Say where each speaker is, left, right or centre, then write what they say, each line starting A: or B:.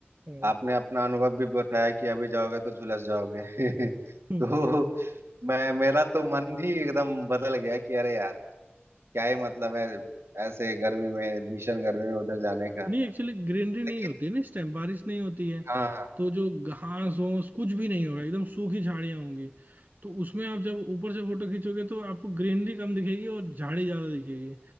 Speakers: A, on the right; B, on the right.
A: हम्म
B: आपने अपना अनुभव भी बताया कि अभी जाओगे तो झुलस जाओगे
A: हम्म,
B: <laughs>
A: हम्म।
B: तो मैं मेरा तो मन ही एकदम बदल गया कि अरे यार क्या ही मतलब है ऐसे गर्मी में भीषण गर्मी में उधर जाने का
A: नहीं एक्चुअली ग्रीनरी नहीं
B: लेकिन
A: होती है ना इस टाइम बारिश नहीं होती है
B: हाँ
A: तो जो घास
B: हम्म,
A: होस कुछ भी नहीं होगा एकदम सूखी झाड़ियां होंगी तो उसमें आप जब ऊपर से फोटो खींचोगे तो आपको ग्रीनरी कम दिखेगी और झाड़ी ज्यादा दिखेगी